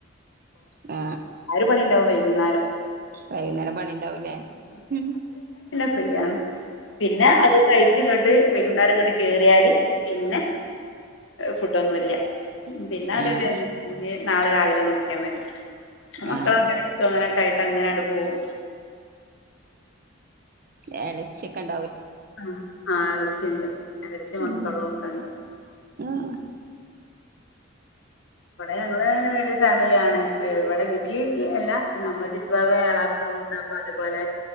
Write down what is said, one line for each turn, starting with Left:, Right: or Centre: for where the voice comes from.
Right: ആ
Left: ആ ഒരു പണി വൈകുന്നേരം
Right: വൈകുന്നേരം പണിണ്ടാവുല്ലേ മം
Left: ഫ്രീയാണ് പിന്നെ അത് കയിച്ച് ഇങ്ങട്ട് വൈകുന്നേരം ഇങ്ങട്ട് കേറിയാല് പിന്നെ ഫുഡ്‌ന്നുല്യാ പിന്നാക
Right: ആഹ്
Left: കയിഞ്ഞ് നാളെ രാവിലെ നോക്കിയാൽ മതി മക്കളവെടിത്തും
Right: ആഹ്
Left: അങ്ങനെക്കെയിട്ട് ക്ക അങ്ങനണ്ട് പോവും
Right: ഗ്യലക്സി ക്കെ ണ്ട്
Left: ആ ആ ളച്ചിണ്ട് ഇളച്ചി മക്കളും
Right: ഉം
Left: ഒക്കെ ഉണ്ട്
Right: ആഹ്
Left: ഇവിടെ ഞങ്ങള് അങ്ങനെ വലിയ ഫാമിലിയാണ് ഇവിടെ വീട്ടില് എല്ല നമ്മെ ചുറ്റുപാഗ ഏളാപ്പ മൂത്താപ്പ അത് പോലെ